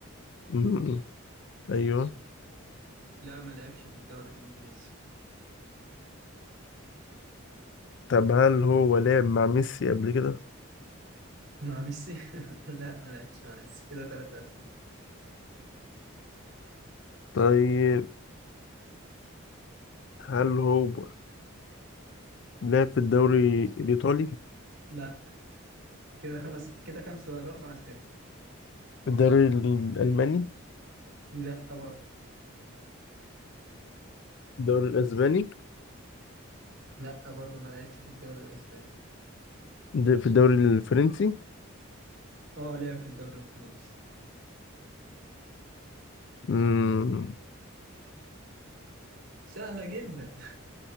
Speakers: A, on the left (about 55°); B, on the right (about 50°).
A: م- م. ايوه
B: لا ما لعبش في الدوري الانجليزي
A: طب هل هو لعب مع ميسي قبل كده
B: مع ميسي <laughs> لا ما لعبش مع ميسي كده ثلاث اسئله
A: طيب هل هو لعب في الدوري الإيطالي
B: لا كده خمس كده كام سؤال اربع اسئله
A: الدوري الألماني
B: لا برضه
A: الدوري الأسباني
B: لا برضه ما لعبش في الدوري الاسباني
A: د- في الدوري الفرنسي
B: اه لعب في الدوري الفرنسي
A: امم
B: سهله جدا <laughs>